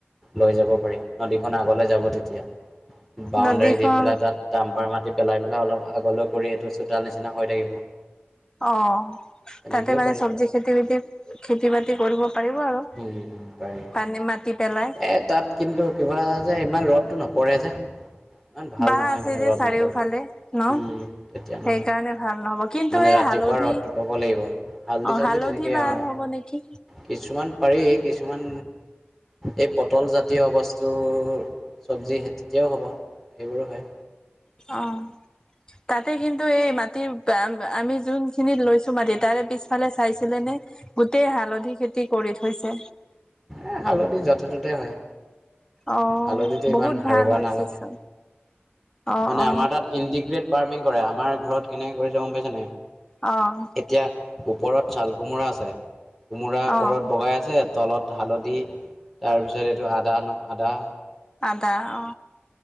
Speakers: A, in the centre; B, on the left.
A: লৈ যাব পাৰি নদীখন আগলৈ যাব তেতিয়া। বাউণ্ডাৰী
B: নদীখন
A: দি পেলাই তাত ডাম্পাৰ মাতি। পেলাই পেলাই অলপ আগলৈ কৰি এইটো চোতাল নিচিনা হৈ থাকিব।
B: অ
A: তেনেকেও
B: তাতে মানে
A: পাৰি
B: চব্জি খেতি বাতি খেতি বাতি কৰিব পাৰিব আৰু
A: উম পাৰি।
B: পানী মাটি। পেলাই
A: এ তাত কিন্তু কিবা যে ইমান ৰ'দতটো নপৰে যে। ইমান ভাল
B: বাঁহ
A: নহয়
B: আছে
A: মানে
B: যে
A: ৰ'দ
B: চাৰিওফালে
A: নপৰিলে
B: ন
A: উম তেতিয়া
B: সেইকাৰণে
A: নহয়
B: ভাল নহব কিন্তু
A: মানে
B: এই
A: ৰাতিপুৱা
B: হালধি
A: ৰ'দ। লব লাগিব হালধি
B: অ
A: চাল্দি তেনেকেই
B: ভাল
A: আহ
B: হ'ব নেকি
A: কিছুমান পাৰি কি? কিছুমান এই পটলজাতীয় বস্তুৰ চব্জি তেতিয়াও হ'ব। সেইবোৰো হয়।
B: অ তাতে কিন্তু এই মাটি আমি যোনখিনিত লৈছো মাটি তাৰে পিছফালে চাইছিলে নে গোটেই হালধি খেতি কৰি থৈছে।
A: এ হালধি যাতে ততে হয়।
B: অ
A: হালধিটো ইমান
B: বহুত
A: হাৰুৱা
B: ভাল হৈছে
A: নালাগে।
B: চোন অ
A: মানে
B: অ
A: আমাৰ তাত ইণ্টিগ্ৰেট ফাৰ্মিং কৰে আমাৰ ঘৰত কেনেকে কৰিছে গম পাইছে নাই।
B: আহ
A: এতিয়া ওপৰত ছাল কোমোৰা আছে কোমোৰা ওপৰত
B: অ
A: হালধি তাৰপিছত এইটো আদা ন আদা
B: আদা অ